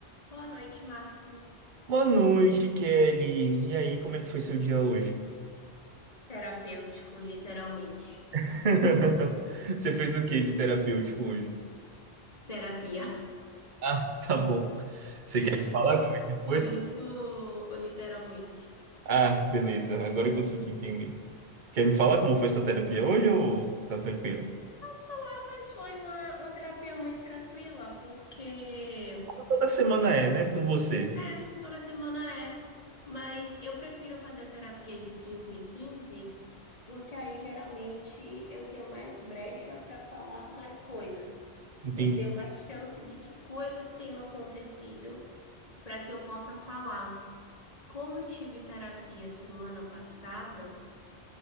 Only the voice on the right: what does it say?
Boa noite, Kelly. E aí, como é que foi seu dia hoje?
<laughs> Você fez o que de terapêutico hoje?
Ah, <laughs> tá bom. Você quer
me falar
como é que foi?
Ah, beleza. Agora eu consegui entender. Quer me falar como foi sua terapia hoje ou tá tranquilo?
Toda semana é, né? Com você.
Entendi.